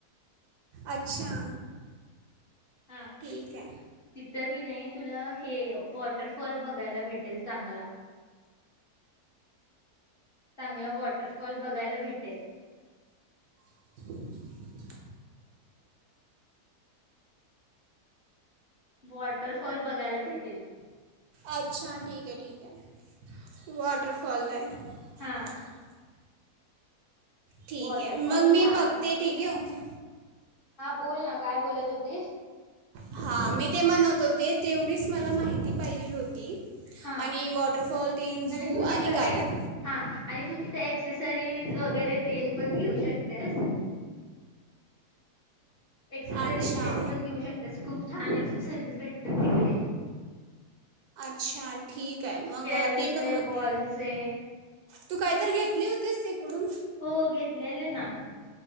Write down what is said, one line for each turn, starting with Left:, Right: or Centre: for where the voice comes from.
Right: अच्छा.
Left: हा
Right: ठीक आहे
Left: तिथं की नाही तुला हे वॉटर फाॅल बघायला भेटेल चांगला. चांगलं वॉटरफॉल बघायला भेटेल.
Right: <inaudible>
Left: वॉटरफॉल बघायला भेटेल.
Right: अच्छा ठीक हाय, ठीक हाय. वॉटरफॉलला हाय.
Left: हा
Right: <inaudible> ठिक
Left: वॉटरफॉल
Right: हाय. मग
Left: छान
Right: मी बघते
Left: आहे खूप
Right: ठिक हाय, ओके.
Left: हा बोल ना, काय बोलत होतीस?
Right: हा, मी ते म्हणत होते तेवढीच मला माहिती पाहिजे हो
Left: हा
Right: आणि वॉटरफॉल, तीन झू
Left: तू तिथं
Right: आणि गार्डन.
Left: एक हा आणि तू तिथं एक्सेसरीज वगैरे ते पण घेऊ शकतेस. एक्सेसरीज
Right: अच्छा
Left: तेन पण घेऊ शक तेच खूप छान एक्सेसरीज भेटतात तिकडे
Right: अच्छा ठीकय मग
Left: शेलचे
Right: ते पण बघते
Left: वॉलचे
Right: तू काय तर घेतली होतीस तिकडूनट?
Left: हो घेतलेले ना